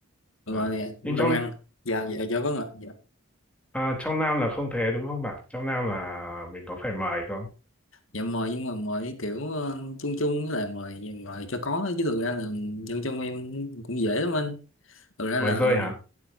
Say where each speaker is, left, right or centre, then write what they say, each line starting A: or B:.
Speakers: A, on the left; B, in the centre.
A: rồi
B: à. nhưng trong
A: đông ăn dạ dạ dạ vâng ạ dạ
B: à, trong Nam là không thế đúng không bạn trong Nam là mình có phải mời không
A: dạ mời nhưng mà mời kiểu ờ, chung chung với lại mời mời cho có chứ thực ra là dân trong em cũng dễ lắm anh thực ra
B: mời
A: là
B: rơi hả